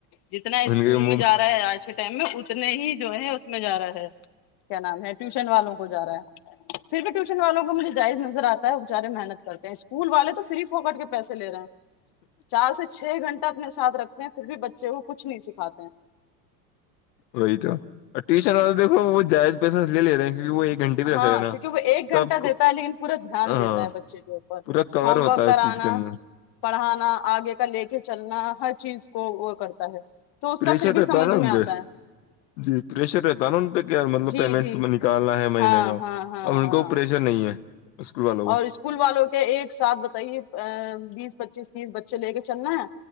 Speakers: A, on the left (about 45°); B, on the left (about 75°).
A: جتنا اسکول
B: کے منہ
A: میں جا رہا ہے آج کے ٹائم میں اتنے ہی جو ہے اس میں جا رہا ہے کیا نام ہے ٹیوشن والوں کو جا رہا ہے پھر بھی ٹیوشن والوں کو مجھے جائز نظر آتا ہے بےچارے محنت کرتے ہیں اسکول والے تو فری پکٹ کے پیسے لے رہے ہیں چار سے چھ گھنٹہ اپنے ساتھ رکھتے ہیں پھر بھی بچے کو کچھ نہیں سکھاتے ہیں
B: وہی تو ٹیوشن والا دیکھو وہ جائز پیسہ لے لے رہے ہیں کیکہ وہ ایک گھنٹے بھی رکھ
A: ہاں
B: رہے ہیں نا
A: کیونکہ وہ ایک
B: تو
A: گھنٹہ
B: آپ کو
A: دیتا ہے لیکن پورا دھیان
B: ہاں
A: دیتا ہے بچے کے اوپر
B: پورا کور
A: ہوم
B: ہوتا
A: ورک
B: ہے
A: کرانا
B: اس چیز کے اندر
A: پڑھانا آگے کا لے کے چلنا ہر چیز کو وہ کرتا ہے تو اس
B: پریشر
A: کا پھر بھی
B: رہتا
A: سمجھ
B: ہے نا ان
A: میں آتا
B: پہ
A: ہے
B: جی پریشر رہتا ہے نا ان پہ کیا مطلب
A: جی
B: پیمنٹس
A: جی
B: بنی نکالنا ہے مہینے
A: ہاں
B: کا
A: ہاں ہاں
B: اب ان
A: ہاں
B: کو پریشر نہیں ہے اسکول والوں کو
A: اور اسکول والوں کے ایک ساتھ بتائیے ا بیس پچیس تیس بچے لے کے چلنا ہے